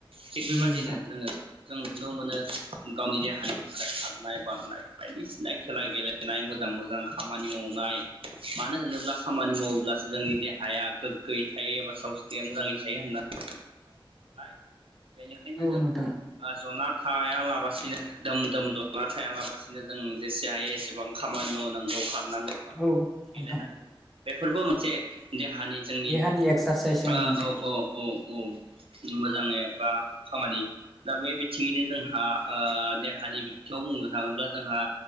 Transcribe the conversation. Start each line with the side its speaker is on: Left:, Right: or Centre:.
Right: थिग बेबादिनो
Centre: उम नोंथां
Right: जोङो जों नुनो मोनो गावनि देहानि थाखाय खारनाय-बारनाय बायदिसिना खेला गेलेनाय मोजां-मोजां खामानि मावनाय मानो होनोब्ला खामानि मावोब्लासो जोंनि देहाया गोग्गोयै थायो एबा सावस्रिया मोजाङै थायो होनना बाय बेनिखायनो
Centre: औ
Right: जों
Centre: नोंथां
Right: ओ जनार खायालाबासिनो दोम-दोम ज'ना थायालाबसिनो जों जेसे हायो एसेबां खामानि मावनांगौ खा खारनांगौ बारनांगौ
Centre: औ नोंथां
Right: गेलेनांगौ बेफोरबो मोन से देहा देहानि जोंनि
Centre: देहानि एक्सारसाइस
Right: ओ
Centre: ओं नोंथां
Right: औ औ औ औ मोजाङै एग्रा खामानि दा बे बिथिङैनो जोंहा ओ देहानि बिथिङाव बुंनो थाङोब्ला जोंहा